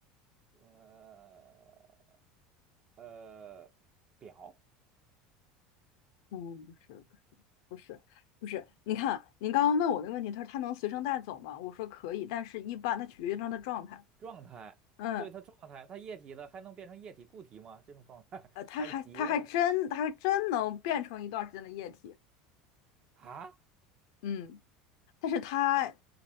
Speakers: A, on the right; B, on the left.
A: 呃呃，表
B: 嗯，不是不是不是不是，你看您刚刚问我那个问题，他说他能随身带走吗？我说可以，但是一般它取决于它的状态。
A: 状态，
B: 嗯，
A: 对它状态，它液体的还能变成液体固体吗？这种状态 <laughs>
B: 呃，它还它还真它还真能变成一段时间的液体，
A: 还是叠的啊？
B: 嗯，但是它